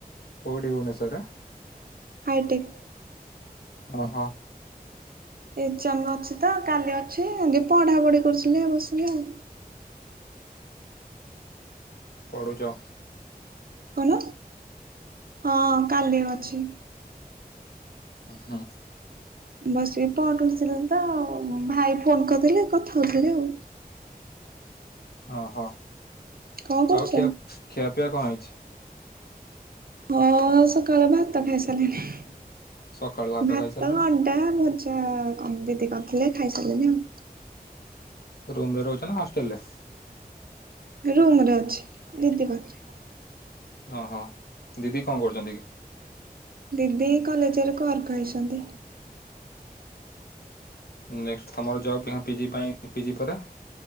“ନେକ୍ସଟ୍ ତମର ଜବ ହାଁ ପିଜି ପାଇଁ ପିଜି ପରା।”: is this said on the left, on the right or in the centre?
Left